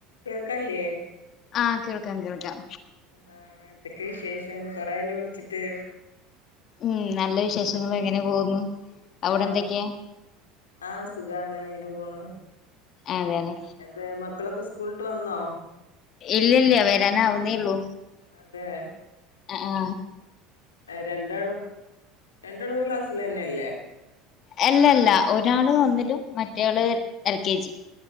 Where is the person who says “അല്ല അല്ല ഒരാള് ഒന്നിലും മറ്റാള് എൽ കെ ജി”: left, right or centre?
Left